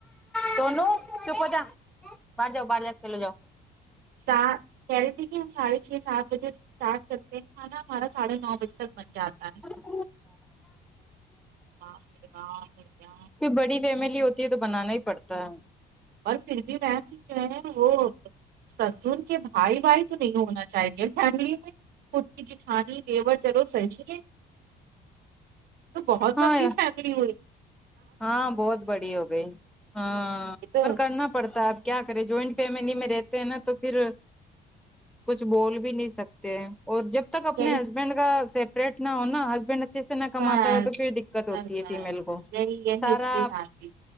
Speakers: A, in the centre; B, on the right.
A: سونو چپ ہوجا باہر جاؤ باہر جاؤ کھیلو جاؤ
B: س کہہ رہی تھی کہ ہم ساھے چھ سات بجے سے اسٹارٹ کرتے ہیں کھانا ہمارا ساڑھے نو بجے تک بن جاتا ہے
A: <unintelligible>
B: باپ رے باپ
A: بڑی فیملی ہوتی ہے تو بنانا ہی پڑتا ہے
B: اور پھر بھی وہ جو ہے وہ سسون کے بھائی بھائی تو نہیں ہونا چاہیے فیملی میں خود کی جٹھانی دیور چلو سحج ہے تو بہت
A: ہاں
B: زی شائیدری ہونی
A: ہاں بہت بڑی ہو گئی ہاں
B: یہ تو
A: پر کرنا پڑتا ہے آپ کیا کرے جوائنٹ فیملی میں رہتے ہیں نا تو پھر کچھ بول بھی نہیں سکتے اور جب تک اپنے
B: کہہ رہی،
A: ہسبینڈ کا سیپریٹ نہ ہوناا ہسبینڈ اچھے سے نہ کماتا
B: بس
A: ہو تو پھر دقت ہوتی
B: بس
A: ہے
B: بس
A: فیمیل کو
B: یہی یہی
A: سارا
B: اس کے ساتھ ہی